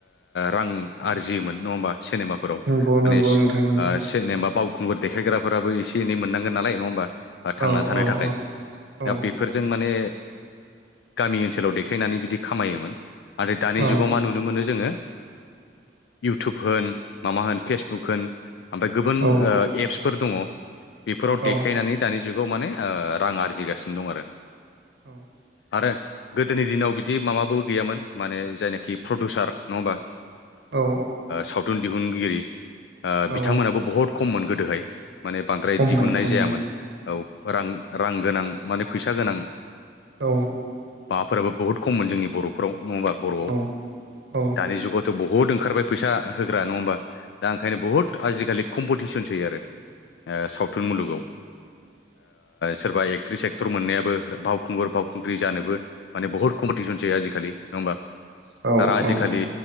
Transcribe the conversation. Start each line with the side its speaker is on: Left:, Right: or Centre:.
Left: रां आरजियोमोन सेनेमा फोराव
Right: नंगौ नंगौ
Left: नङा
Right: नोंथां नंगौ
Left: होमबा मानो ओ से खुंगुर देखायग्राफोराबो एन मोननोन नाल नङा होनोमबा थांनानै
Right: औ
Left: थानो
Right: औ
Left: थाखाय
Right: औ औ
Left: दा बेफोरजों म माने गामि ओनसोलाव देखायनानै बिदि खामायोमोन आरोथाय दानि
Right: औ
Left: जुगाव मा नुनो मोनो जोङो इउटुब होन माबा होन फेसबुक होन ओमफ्राय गुबुन
Right: औ
Left: फोर दङ बेफोराव
Right: औ
Left: देखायनानै दानि जुगाव माने रां आरजिगासिनो दं आरो
Right: औ
Left: आरो गोदोनि दिनाव बिदि माबाबो गैयामोन माने जायनाखि प्रडिउसार नङा होमबा
Right: औ
Left: सावथुन दिहुनगिरि बिथांमोनाबो
Right: औ
Left: बहुत खममोन गोदोहाय माने बांद्राय
Right: खममोन
Left: दिहुननाय
Right: खममोन
Left: जायामोन औ रां रां गोनां माने फैसा गोनां
Right: औ
Left: माफोराबो बहुत खममोन जोंनि बर'फोराव नङा होमबा बर'आव
Right: औ औ औ
Left: दानि जुगावथ' बहुद ओंखारबाय फैसा होग्रा नङा होमबा दा ओंखायनो बुहुत आजिखालि कमपिटिसनसै आरो सावथुन मुलुगाव सोरबा ए फेक्ट्रि सेक्टर मोननायाबो बावखुंगुर बावखुंग्रि जानोबो माने बहुत कम्पिटिसन जायो आजिखालि नङा होमबा
Right: औ
Left: आरो आजि
Right: औ
Left: खालि